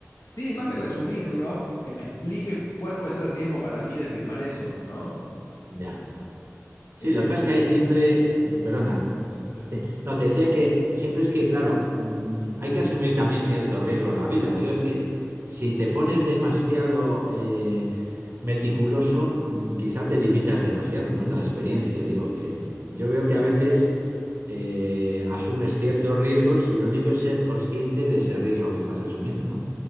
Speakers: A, on the left; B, on the right.
A: Sí,
B: <laughs>
A: más que resumirlo, que me explique cuál puede ser el riesgo para mí de firmar eso, ¿no?
B: Ya. Sí,
A: Eh,
B: lo que pasa es que hay siempre, eh, perdona,
A: Sí.
B: sí, no, te decía que siempre es que, claro, mm, hay que asumir también cierto riesgo en la vida. Lo digo es que si te pones demasiado eh, meticuloso, mm, quizá te limitas demasiado, ¿no? En la experiencia, digo, que yo veo que a veces eh, asumes ciertos riesgos y lo único es ser consciente de ese riesgo que estás asumiendo, ¿no?